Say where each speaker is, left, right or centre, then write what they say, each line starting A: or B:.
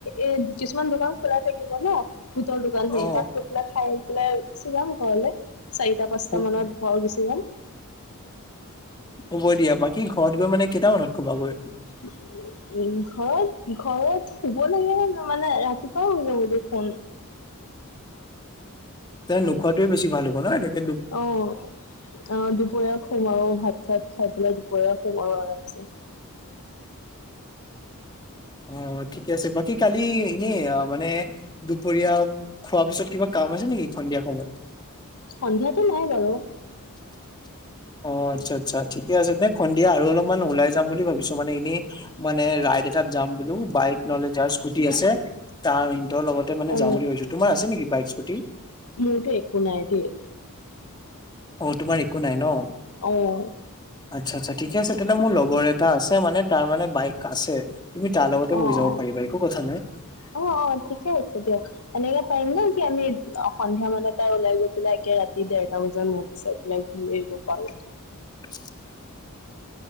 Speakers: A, on the left; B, on the left.
A: এ। কিছুমান দোকান খোলা থাকিব ন বুটৰ দোকান সেই
B: অ
A: তাত গৈ পেলাই খাই পেলাই গুচি যাম ঘৰলে। চাৰিটা, পাঁচটা
B: হু-
A: মানত ভৰ গুচি যাম।
B: হ'ব দিয়া বাকী ঘৰত গৈ মানে কেইটামানত কোবাগৈ?
A: উ, ঘৰত, ঘৰত শুব লাগে মানে ৰাতিপুৱা শ যাব। <inaudible>
B: তে নোখোৱাটোৱে বেছি ভাল হ'ব ন এনেকে।
A: অ'। অ, দুপৰীয়া সোমাও ভাত চাত খাই পেলাই দুপৰাৰ সোমাও আৰামচে
B: অ, ঠিকে আছে বাকী কালি এনে মানে দুপৰীয়া খোৱাৰ পিছত কিবা কাম আছে নেকি সন্ধিয়া সময়ত
A: সন্ধিয়াতো নাই বাৰু।
B: <inaudible> অ, আচ্ছা, আচ্ছা ঠিকে আছে দে সন্ধিয়া আৰু অলপমান ওলাই যাম বুলি ভাবিছো মানে এনেই মানে ৰাইড এটাত যাম বুলি বাইক ন'হলে যাৰ স্কুটি আছে তাৰ সিহঁতৰ লগতে মানে
A: অ
B: যাম বুলি ভাবিছো তোমাৰ আছে নেকি বাইক, স্কুটি
A: মোৰটো একো নাই দেই।
B: অ, তোমাৰ একো নাই ন।
A: অ'।
B: আচ্ছা, আচ্ছা ঠিকে আছে তেনে মোৰ লগৰ এটা আছে মানে তাৰ মানে বাইক আছে তুমি তাৰ লগতে
A: অ
B: বহি
A: অ
B: যাব পাৰিবা একো কথা নাই।
A: অ', অ', ঠিকে আছে দিয়া তেনেকে পাৰিম ন কি আমি সন্ধিয়া মানত টা ওলাই গৈ পেলাই একে ৰাতি দেৰটা বজাত মই বিচাই পেলাই ঘূৰি আহিব পাৰো।
B: <inaudible>